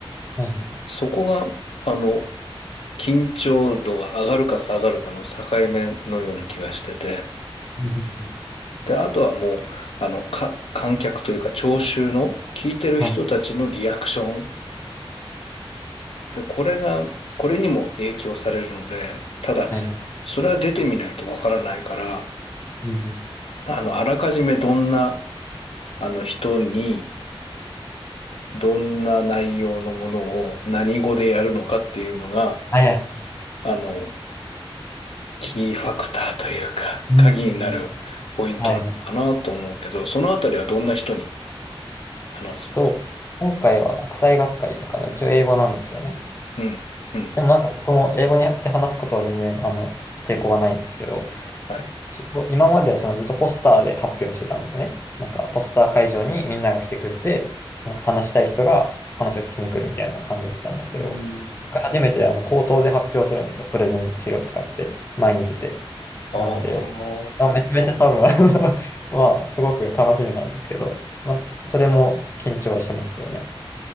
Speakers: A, on the left; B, on the left.
A: はいはい。
B: そこが、あの、緊張度が上がるか下がるかの境目のような気がしてて、
A: うんうんうん
B: で、あとはもう、あの、か、観客というか聴衆の聞いてる人たちのリアクション。
A: はい
B: で、これが、これにも影響されるので、ただ、
A: はいはい。
B: それは出てみないとわからないから、
A: うんうん
B: あの、あらかじめどんな、あの、人に、どんな内容のものを何語でやるのかっていうのが、
A: はいはい。
B: あの、キーファクターというか、
A: うんうん
B: 鍵になるポイントなのかなと思うけど、
A: はいはい。
B: そのあたりはどんな人に話すのか
A: と、今回は国際学会だから一応英語なんですよね。
B: な。うん、うん、
A: でもなんか僕も英語にやって話すことは全然あの抵抗はないんですけど、
B: はい。
A: 一応今まではそのずっとポスターで発表してたんですね。なんかポスター会場にみんなが来てくれて、その話したい人が話を聞きに来るみたいな感じだったんですけど、
B: うん。
A: 初めてあの口頭で発表するんですよ。プレゼン資料を使って前に出て。
B: あ
A: なんで、まあ、めちゃめちゃ多分、あのまあ、すごく楽しみなんですけど、まあ、それも緊張はしますよね。